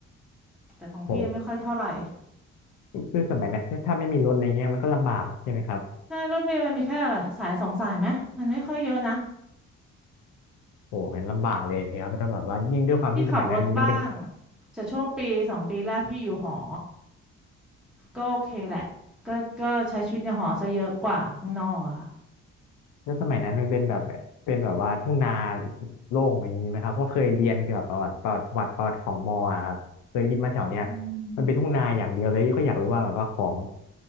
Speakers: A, in the centre; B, on the left (about 80°).
A: แต่ของพี่ยังไม่ค่อยเท่าไหร่
B: โหคือสมัยนั้นถ้าไม่มีรถอะไรเงี้ยมันก็ลำบากใช่ไหมครับ
A: ใช่รถเมล์มันมีแค่อะไรสายสองสายไหมมันไม่ค่อยเยอะนะ
B: โหมันลำบากเลยครับถ้าแบบว่ายิ่งด้วยความที่สมัยนั้นมันยัง
A: พี่ขับรถบ้างจะช่วงปีสองปีแรกพี่อยู่หอก็โอเคแหละก็ก็ใช้ชีวิตในหอซะเยอะกว่าข้างนอกอะค่ะ
B: แล้วสมัยนั้นมันเป็นแบบเป็นแบบว่าทุ่งนาโล่งอย่างนี้ไหมครับเพราะเคยเรียนเกี่ยวกับประวัติประวัติประวัติประวัติของมออะครับเคยได้ยินมาแถวเนี้ย
A: อืม
B: มันเป็นทุ่งนาอย่างเดียวเลยก็อยากรู้ว่าแบบว่าของ